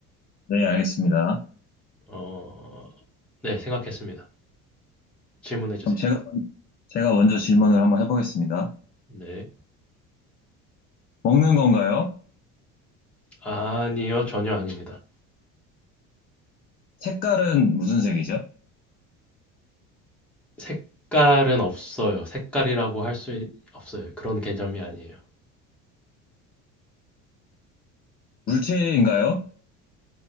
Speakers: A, on the left; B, in the centre.
A: 네, 알겠습니다.
B: 어, 네, 생각했습니다. 질문해 주세요.
A: 그럼 제가, 제가 먼저 질문을 한번 해보겠습니다.
B: 네.
A: 먹는 건가요?
B: 아니요, 전혀 아닙니다.
A: 색깔은 무슨 색이죠?
B: 색깔은 없어요. 색깔이라고 할 수 없어요. 그런 개념이 아니에요.
A: 물체인가요?